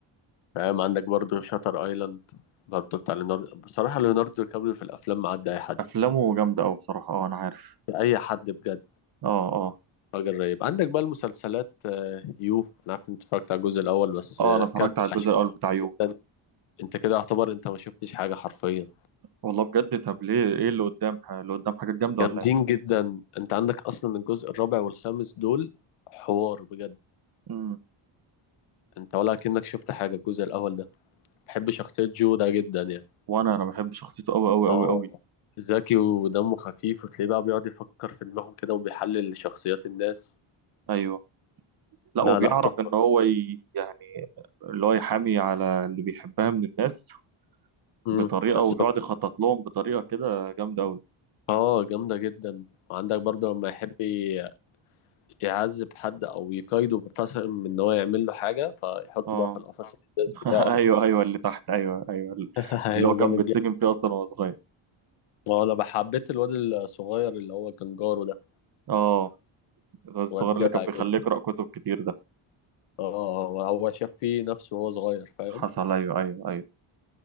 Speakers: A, on the left; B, on the right.
A: فاهم عندك برضو شاتر ايلاند برضو بتاع ليوناردو بصراحة ليوناردو دي كابريو في الافلام معدي اي حد
B: افلامه جامده قوي بصراحه اه انا عارف
A: اي حد بجد
B: اه اه
A: راجل رهيب عندك بقى المسلسلات آه، يو انا عارف إن انت اتفرجت على الجزء الاول بس
B: اه
A: آه،
B: انا اتفرجت
A: كمل
B: على الجزء
A: عشان
B: الاول
A: جامد
B: بتاع يو
A: جدا انت كده يعتبر انت ما شفتش حاجه حرفيا
B: والله بجد طب ليه ايه اللي قدام ح- اللي قدام حاجات جامده
A: جامدين
B: ولا ايه
A: جدا انت عندك اصلا الجزء الرابع والخامس دول حوار بجد
B: امم
A: انت ولا كأنك شفت حاجه الجزء الاول ده بحب شخصيه جو ده جدا يعني
B: وانا انا بحب شخصيته قوي قوي
A: اه
B: قوي قوي
A: ذكي ودمه خفيف وتلاقيه بقى بيقعد يفكر في دماغه كده وبيحلل شخصيات الناس
B: ايوه لا
A: لا
B: وبيعرف
A: لا تحفه
B: ان هو ي... يعني اللي هو يحامي على اللي بيحبها من الناس
A: امم
B: بطريقه
A: بالظبط
B: وبيقعد يخطط لهم بطريقه كده جامده قوي
A: اه جامدة جدا وعندك برضه لما يحب ي- يعذب حد او يقايده مثلا من ان هو يعمل له حاجة فيحطه
B: اه
A: بقى في القفص الازاز
B: <laughs>
A: بتاعه ده
B: ايوه ايوه اللي تحت ايوه ايوه
A: <laughs> ايوه
B: اللي هو كان
A: جامد
B: بيتسجن
A: جدا
B: فيه اصلا وهو صغير
A: ما هو انا حبيت الواد الصغير اللي هو كان جاره ده
B: اه الواد الصغير
A: واد جدع
B: اللي كان بيخليه
A: جدا
B: يقرا كتب كتير ده
A: اه هو هو شاف فيه نفسه وهو صغير فاهم
B: حصل ايوه ايوه ايوه